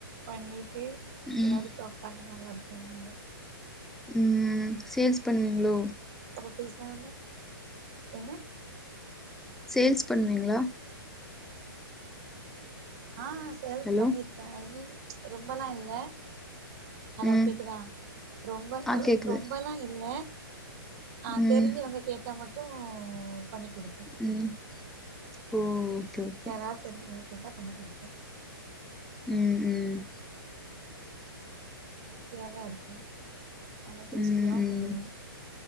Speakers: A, on the right; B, in the centre.
A: பண்ணி டு
B: ம்
A: எல்லாரு சாப்ட்டாங்க நல்லாருக் பண்ணங்க
B: ம் சேல்ஸ் பண்ணுவீங்களோ
A: அப்ப பேசாம என்ன
B: சேல்ஸ் பண்ணுவீங்களா
A: ஆ சேல்ஸ்
B: ஹலோ
A: பண்ணியிருக்கே ஐ மீன் ரொம்பல்லா இல்ல ஹலோ
B: ம்
A: கேக்குதா ரொம்ப
B: ஆ
A: ரொ
B: கேக்குது
A: ரொம்பல்லாம் இல்ல ஆ
B: ம்
A: தெரிஞ்சவங்க கேட்டா மட் டும் பண்ணி குடுப்
B: ம் ஓ ஓகே
A: யாரா தெரிஞ்சுது கேட்டா பண்ணி குடுப்பே
B: ம் ம்
A: ஈஸியாதா இருக்கு நல்லா டேஸ்டியாவும்
B: ம் ம்
A: பண்ணுவே